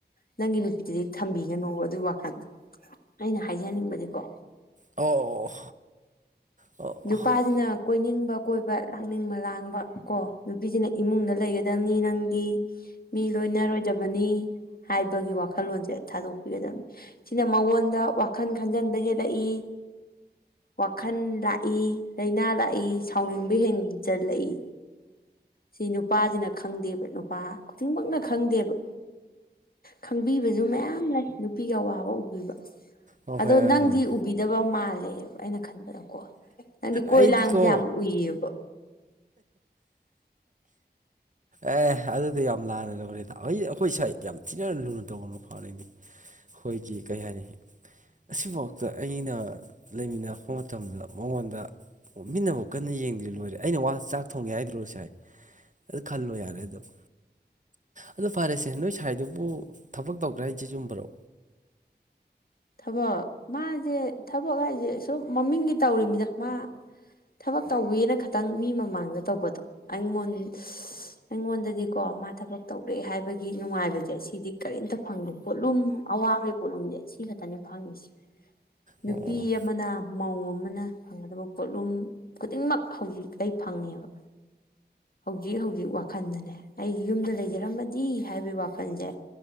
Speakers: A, on the left; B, on the right.
A: ꯅꯪꯒꯤ ꯅꯨꯄꯤꯗꯗꯤ ꯊꯝꯕꯤ ꯒꯅꯣꯕ ꯑꯗꯨꯒꯤ ꯋꯥꯈꯜꯗꯣ ꯑꯩꯅ ꯍꯥꯏꯖꯅꯤꯡꯕꯗꯤꯀꯣ
B: ꯑꯣ ꯑꯣ
A: ꯅꯨꯄꯥꯁꯤꯅ ꯀꯣꯏꯅꯤꯡꯕ ꯀꯣꯏꯕ ꯂꯥꯡꯅꯤꯡꯕ ꯂꯥꯡꯕ ꯀꯣ ꯅꯨꯄꯤꯁꯤꯅ ꯏꯃꯨꯡꯗ ꯂꯩꯒꯗꯕ ꯅꯪꯗꯤ ꯃꯤ ꯂꯣꯏꯅꯔꯣꯏꯗꯕꯅꯤ ꯍꯥꯏꯕꯒꯤ ꯋꯥꯈꯜꯂꯣꯟꯁꯦ ꯊꯥꯗꯣꯛꯄꯤꯒꯗꯕꯅꯤ ꯁꯤꯅ ꯃꯉꯣꯟꯗ ꯋꯥꯈꯜ ꯈꯟꯖꯟꯕ ꯍꯦꯜꯂꯛꯏ ꯋꯥꯈꯜ ꯂꯥꯛ ꯂꯥꯏꯅꯥ ꯂꯥꯛꯏ ꯁꯥꯎꯅꯤꯡꯕ ꯍꯦꯟꯖꯜꯂꯛꯏ ꯁꯤ ꯅꯨꯄꯥꯁꯤꯅ ꯈꯪꯗꯦꯕ ꯅꯨꯄꯥ ꯈꯨꯗꯤꯡꯃꯛꯅ ꯈꯪꯗꯦꯕ ꯈꯪꯕꯤꯕꯁꯨ ꯃꯌꯥꯝ ꯂꯩ ꯅꯨꯄꯤꯒꯤ ꯑꯋꯥꯕ ꯎꯕꯤꯕ
B: ꯑꯣ
A: ꯑꯗꯣ
B: ꯍꯣꯏ ꯍꯣꯏ
A: ꯅꯪꯗꯤ
B: ꯍꯣꯏ
A: ꯎꯕꯤꯗꯕ ꯃꯥꯜꯂꯦꯕ ꯑꯩꯅ ꯈꯟꯕꯗ ꯀꯣ ꯅꯪꯗꯤ ꯀꯣꯏ
B: ꯑꯩꯗꯤꯀꯣ
A: ꯂꯥꯡꯕꯁꯦ ꯌꯥꯝ ꯎꯏꯌꯦꯕ
B: ꯑꯦ ꯑ ꯑꯗꯨꯗꯤ ꯌꯥꯝ ꯂꯥꯅ ꯎꯔꯤꯗ ꯑꯩ ꯑꯩꯈꯣꯏ ꯁꯥꯏꯗ ꯌꯥꯝ ꯊꯤꯅ ꯂꯨꯅ ꯇꯧꯕ ꯅꯨꯄꯥꯅꯤꯅꯩ ꯑꯩꯈꯣꯏꯒꯤ ꯀꯩ ꯍꯥꯏꯅꯤ ꯑꯁꯤꯐꯥꯎꯗ ꯑꯩꯅ ꯂꯩꯃꯤꯟꯅꯂꯛꯄ ꯃꯇꯝꯗ ꯃꯇꯝꯗ ꯃꯉꯣꯟꯗ ꯃꯤꯠꯅꯕꯨ ꯀꯟꯅ ꯌꯦꯡꯗ꯭ꯔꯤ ꯂꯣꯏꯔꯦ ꯑꯩꯅ ꯋꯥ ꯆꯥꯛ ꯊꯣꯡꯉꯦ ꯍꯥꯏꯗ꯭ꯔꯣ ꯉꯁꯥꯏ ꯑꯗꯨ ꯈꯜꯂꯣ ꯌꯥꯔꯦ ꯑꯗꯨꯝ ꯑꯗꯣ ꯐꯔꯦꯁꯦ ꯅꯣꯏ ꯁ꯭ꯥꯏꯗꯨꯕꯨ ꯊꯕꯛ ꯇꯧꯗ꯭ꯔꯦ ꯍꯥꯏꯁꯦ ꯆꯨꯝꯕꯔꯣ
A: ꯊꯕꯛ ꯃꯥꯁꯦ ꯊꯕꯛ ꯍꯥꯏꯁꯦ ꯁꯨꯝ ꯃꯃꯤꯡꯒꯤ ꯇꯧꯔꯤꯅꯤꯗ ꯃꯥ ꯊꯕꯛ ꯇꯧꯋꯦꯅ ꯈꯇꯪ ꯃꯤ ꯃꯃꯥꯡꯗ ꯇꯧꯕꯗꯣ ꯑꯩꯉꯣꯟ ꯑꯩꯉꯣꯟꯗꯗꯤꯀꯣ ꯃꯥ ꯊꯕꯛ ꯇꯧꯔꯦ ꯍꯥꯏꯕꯒꯤ ꯅꯨꯡꯉꯥꯏꯕꯁꯦ ꯑꯩ ꯁꯤꯗꯤ ꯀꯔꯤꯝꯇ ꯐꯪꯗꯦ ꯄꯣꯠꯂꯨꯝ ꯑꯋꯥꯕꯦ ꯄꯣꯠꯂꯨꯝꯁꯦ ꯁꯤ ꯈꯛꯇ ꯉꯇꯅꯤ ꯐꯪꯉꯁꯦ ꯅꯨꯄꯤ
B: ꯑꯣ
A: ꯑꯃꯅ ꯃꯧ ꯑꯃꯅ ꯐꯪꯒꯗꯕ ꯄꯣꯠꯂꯨꯝ ꯈꯨꯗꯤꯡꯃꯛ ꯍꯧꯖꯤꯛ ꯑꯩ ꯐꯪꯉꯦꯕ ꯍꯧꯖꯤꯛ ꯍꯧꯖꯤꯛ ꯋꯥꯈꯜꯗꯅꯦ ꯑꯩꯒꯤ ꯌꯨꯝꯗ ꯂꯩꯖꯔꯝꯃꯗꯤ ꯍꯥꯏꯕꯒꯤ ꯋꯥꯈꯜꯁꯦ